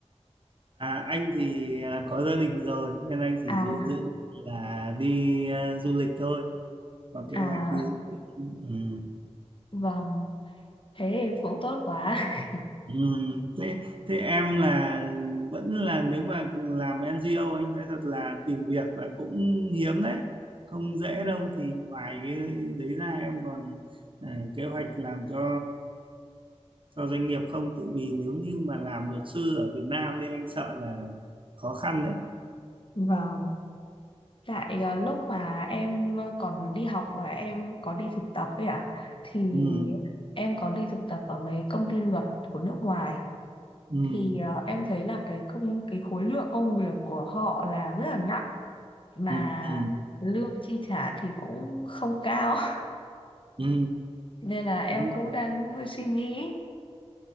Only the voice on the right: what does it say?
À, anh thì à, có gia đình rồi nên anh chỉ
dự dự định là đi à, du lịch thôi có kế
hoạch đi du lịch. Ừ.
Ừ. Thế thế em là vẫn là nếu mà làm NGO anh nói thật là tìm việc là cũng hiếm đấy không dễ
đâu thì ngoài cái đấy ra em còn à, kế hoạch làm cho cho doanh nghiệp không tự vì nếu như mà làm luật sư ở Việt Nam thì anh sợ là khó khăn đấy
ừ.
Ừ.
Ừ. Ừ.
Ừ,
đúng
rồi.